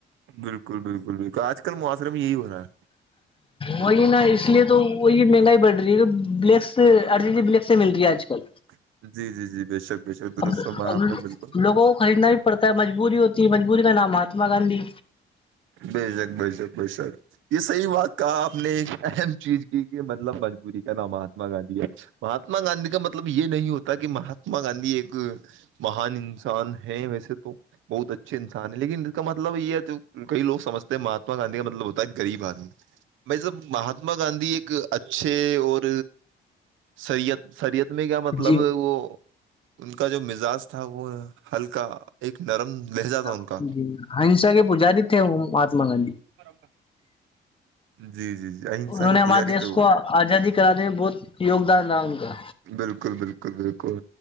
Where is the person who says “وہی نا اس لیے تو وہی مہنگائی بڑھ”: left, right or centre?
Left